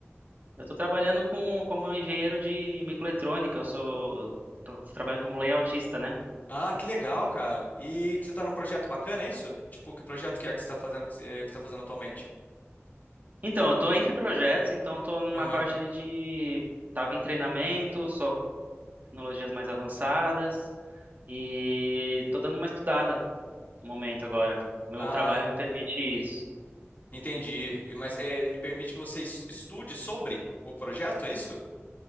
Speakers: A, on the right (about 40°); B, on the left (about 40°).
A: Eu tô trabalhando com, como engenheiro de microeletrônica, eu sou, tô trabalhando como layoutista, né?
B: Ah, que legal, cara. E que você tá num projeto bacana, é isso? Tipo, que projeto que é que você tá fazendo que você, que você tá fazendo atualmente?
A: Então, eu tô entre projetos, então tô numa
B: Aham.
A: parte ali de, tava em treinamento, só tecnologias mais avançadas e tô dando uma estudada no momento agora. Meu
B: Ah,
A: trabalho me permite isso.
B: entendi. E- Mas é, ele permite que você es- estude sobre o projeto, é isso?